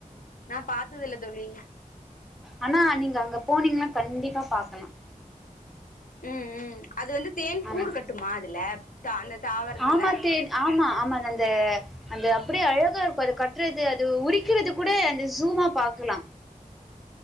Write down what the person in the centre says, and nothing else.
ஆனா நீங்க அங்க போனீங்கன்னா கண்டிப்பா பாக்கலாம்
ஆமா
ஆமா தேன் ஆமா ஆமா அந்த அந்த அப்படியே அழகா இருக்கும் அது கட்டுறது அது உரிக்கிறது கூட அந்த ஜூமா பாக்லாம்